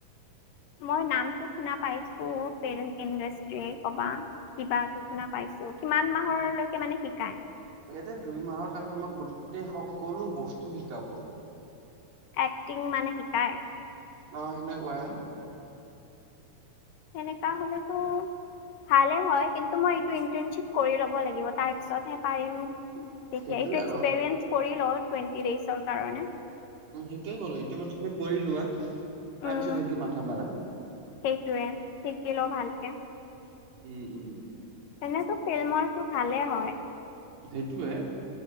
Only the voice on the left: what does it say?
মই নামটো শুনা পাইছো পেৰেন ইডিষ্ট্ৰি কবা কিবাটো শুনা পাইছো। কিমান মাহলৈকে মানে শিকায়।
এক্টিং মানে শিকায়।
এনেকা হলেতো ভালে হয় কিন্তু মই এটো ইন্টাৰ্ণশ্বিপ কৰি লব লাগিব তাৰ পিছত হে পাৰিম। এইটো
এক্সপৰিয়েঞ্চ
কৰি লও টুৱেন্টিডেজৰ কাৰণে।
উম
সেইটোৱে শিকি লওঁ ভালকে
এনেতো ফেলমৰটো ভালে হয়।